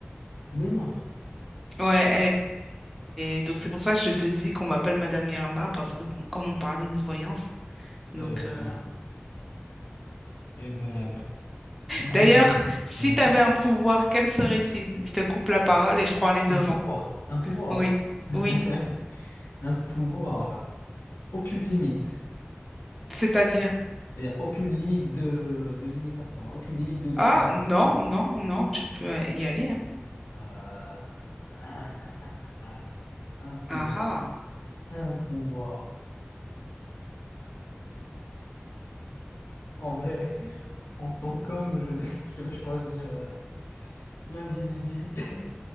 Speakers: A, on the left (about 80°); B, in the centre.
A: Néma.
B: Ouais, et donc c'est pour ça que je te dis qu'on m'appelle Madame Irma, parce que bon, comme on parlait de voyance, donc...
A: Eh ben,
B: euh,
A: eh ben, eh ben. Du coup,
B: D'ailleurs,
A: je...
B: si
A: Mhm.
B: tu avais un pouvoir, quel serait-il? Je te coupe la parole et je prends les devants.
A: Un pouvoir, un pouvoir,
B: Oui,
A: <laughs>
B: oui,
A: un pouvoir. Aucune limite.
B: c'est-à-dire...
A: Il n'y a aucune limite de, de limitation, aucune limite de, de
B: Ah,
A: pouvoir.
B: non,
A: Je peux.
B: non, non, tu peux euh, y aller, hein.
A: Euh, <laughs> Un pouvoir.
B: Ah, ah.
A: Un pouvoir. En vrai, en tant qu'homme, je vais, <laughs> je vais choisir euh, l'invisibilité.